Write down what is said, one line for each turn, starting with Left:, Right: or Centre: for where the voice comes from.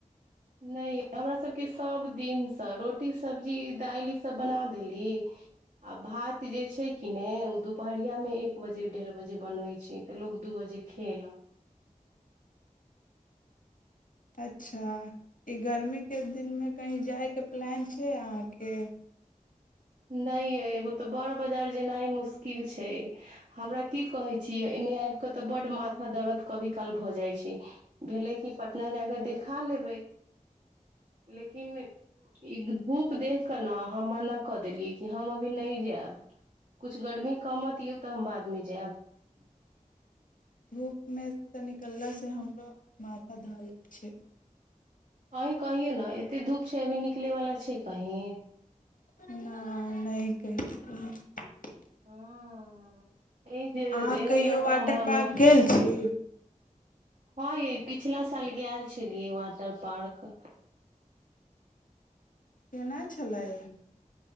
Right: नहि हमरा सभके सभदिनसँ रोटी सब्जी दालि ईसभ बना देली आ भात जे छै कि नहि ओ दुपहरियामे एक बजे डेढ़ बजे बनबै छै तऽ लोक दू बजे खयलक
Left: अच्छा ई गर्मीके दिनमे कहीँ जायके प्लान छै अहाँके
Right: नहि य तऽ बड़ मुश्किल छै। हमरा की कहै छी, एना आब तऽ बड़ माथदर्द कहियो-काल्हि भऽ जाइ छै। भले पटना जा कऽ देखा लेब, लेकिन ई धूप देखिकऽ ने कहि दियौ, हम बुझलहुँ।
Left: धूपमेसँ निकलासँ हमरो माथा धर लै छै
Right: अहीं कहियौ ने एते धूप छै अभी निकलेवला छै कहीं
Left: नहि <unintelligible>
Right: हँ एहि जे
Left: अहाँ
Right: एहि
Left: कहियो
Right: लऽ
Left: वाटर
Right: कऽ हम मना
Left: पार्क गेल छी
Right: हँ ये पिछिला साल गेल छलियै वाटर पार्क
Left: केना छलय